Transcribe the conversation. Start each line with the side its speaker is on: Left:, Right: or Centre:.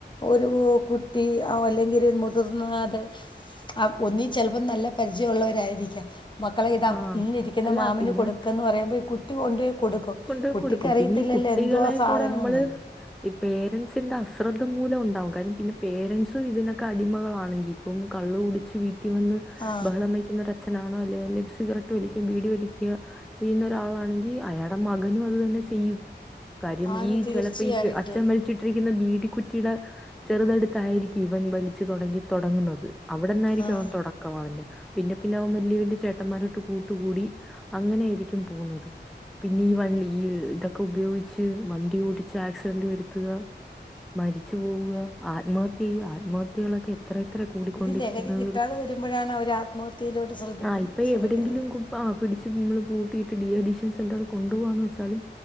Left: ഒരു കുട്ടി അല്ലെങ്കിൽ മുതിർന്ന അത് ആ ഒന്നി ചിലപ്പോം നല്ല പരിചയ ഉള്ളവരായിരിക്കാം മക്കളെ ഇതാ
Centre: ആഹ്
Left: ഇല്ലിരിക്കുന്ന
Centre: അല്ല
Left: മാമന്
Centre: പിന്നെ
Left: കൊടുക്ക എന്ന് പറയുമ്പോൾ ഈ കുട്ടി കൊണ്ടുപോയി കൊടുക്കും
Centre: കൊണ്ട
Left: കുട്ടിക്കറിയത്തില്ലല്ലോ
Centre: കൊടുക്കും പിന്നെ ഈ കുട്ടികളെ
Left: എന്തുവാ സാധനമെന്ന്
Centre: കൂടെ നമ്മള് ഈ പേരൻറ്സിന്റെ അശ്രദ്ധ മൂലം ഉണ്ടാവും കാര്ണം പിന്നെ പേരൻറ്സും ഇതിനൊക്കെ അടിമകളാണെങ്കിൽ അപ്പം കള്ള് കുടിച്ച് വീട്ടിൽ വന്ന്
Left: ആഹ്
Centre: ബഹളമായി ഒര അച്നാണോ അല്ലെസിഗററ്റ് വലിക്കുക ബീഡി വലിക്കുക ചെയ്യുന്ന ഒരാളാണെങ്കിൽ അയാൾ നടെ മകനും അത് തന്നെ ചെയ്യും കാര്യം
Left: ആന്ന്
Centre: ഈ
Left: തീർച്ചയായിട്ടും
Centre: ചിലപ്പോ ഈ അച്ഛൻ വളി വച്ചിട്ടിരിക്കുന്ന ബീടിക്കുറ്റിയുടെ ചെറുതടുത്തായിരിക്കും ഇവൻ വലിച്ചു തുടങ്ങി തുടങ്ങുന്നത് അവിടെന്നായിരിക്കും
Left: ആഹ്
Centre: അവൻ തുടക്കം പിന്നെ പിന്നെ അവൻ വലിയ വലിയ ചേട്ടന്മാരോട്ട് കൂട്ട് കൂടി അങ്ങനൊയിരിക്കും പോകുന്നത് പിന്നെ ഈ വണ്ടി ഈ ഇതൊക്കെ ഉപയോഗിച്ച് വണ്ടി ഓടിച്ച് ആക്സിഡന്റ് വരുത്തുക മരിച്ചു പോവുക ആത്മഹത്യ ആത്മഹത്യകളൊക്കെ അത്ര എത്ര കൂടിക്കൊണ്ടിരിക്കുന്നത്
Left: ഇത് ലഹരി കിട്ടാതെ വരുമ്പോഴാണ് അവർ ആത്മഹത്യയിലോട്ട് ശ്രദ്ധിക്കുന്നത്
Centre: ആ ഇപ്പൊ
Left: ശ്രമിക്കുന്നത്
Centre: എവിടെയെങ്കിലും ആ പിടിച്ച് നമ്മള് പൂട്ടിയിട്ട് ഡിഹൈഡീഷൻ സെന്ററിൽ കൊണ്ടു പോവാന്ന് വെച്ചാലും